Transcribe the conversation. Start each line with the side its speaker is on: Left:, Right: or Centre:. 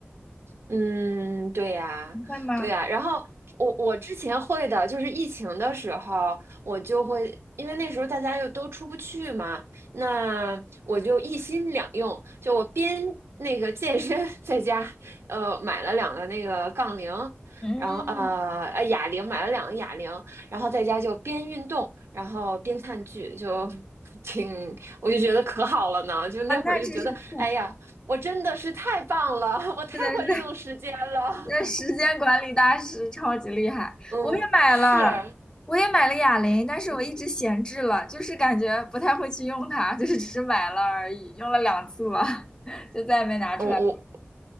Right: 嗯，对呀，
Left: 你会吗？
Right: 对呀。然后我我之前会的，就是疫情的时候，我就会，因为那时候大家又都出不去嘛，那我就一心两用，就我边那个健身，<laughs> 在家，呃，买了两个那个杠铃，
Left: 嗯，
Right: 然后呃呃哑铃，买了两个哑铃，然后在家就边运动，然后边看剧，就 <laughs> 挺，我就觉得可好了呢，就那会儿就觉得，
Left: 啊，那真是不错。
Right: 哎呀。我真的是太棒了，<laughs> 我太会利用时间了。
Left: 是的，是的。那时间管理大师超级厉害，
Right: <laughs> 嗯，
Left: 我也买了，
Right: 是，嗯，
Left: 我也买了哑铃，但是我一直闲置了，就是感觉不太会去用它，就是只是买了而已，用了两次吧，<laughs> 就再也没拿出来。
Right: 我我